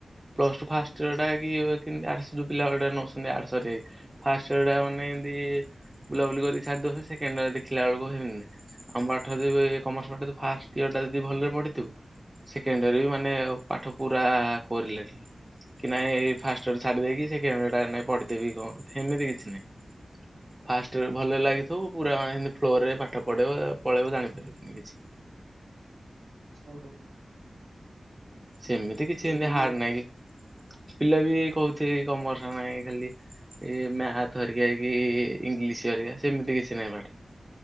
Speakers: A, on the right; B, on the right.
A: ପ୍ଲସ ଟୁ ଫାଷ୍ଟଇୟର ଟା କି ଏବେ କିନ୍ତୁ ଆର୍ଟ୍ସ ପିଲା ଗୁଡ଼ା ନଉଛନ୍ତି ଆର୍ଟ୍ସ ରେ ଫାଷ୍ଟୟର ଟା ମାନେ ଏମିତି ବୁଲାବୁଲି କରିକି ସରିଦୋଉଛନ୍ତି ସେକେଣ୍ଡୟାର ଦେଖିଲା ବେଳକୁ ହେମିତି ନାହିଁ। ଆମ ପାଠ ଯଦି କମର୍ସ ପାଠ ଫାଷ୍ଟ୍ ଇୟର ଟା ଯଦି ଭଲରେ ପଢ଼ିଥିବୁ ସେକେଣ୍ଡଇୟର ରେ ବି ମାନେ ପାଠ ପୁରା କରିଲେଣି କି ନାଇଁ ଫାଷ୍ଟୟର ଛାଡ଼ି ଦେଇକି ସେ ସେକେଣ୍ଡୟର ଟା ନାଇଁ ପଢ଼ିଦେବି କଣ ସେମିତି କିଛି ନାଇଁ। ଫାଷ୍ଟଇୟରରେ ଭଲରେ ଲାଗିଥିବୁ ପୁରା ମାନେ ଫ୍ଲୋ ରେ ପାଠ ପଢ଼େଇବ ପଳେଇବ ଜାଣିପାରିବନୁ କିଛି।
B: ସ <unintelligible>
A: ସେମିତି କିଛି
B: କହୁଥିଲି
A: ଏମିତି ହାର୍ଡ
B: କି
A: ନାହିଁ କି ପିଲା ବି କହୁଥିବେ କମର୍ସ ନାହିଁ ଖାଲି ଇ ମ୍ୟାଥ ହେରିକା ହେଇ କି ଇଂଲିଶ ହେରିକା ସେମିତି କିଛି ନାହିଁ ପାଠ।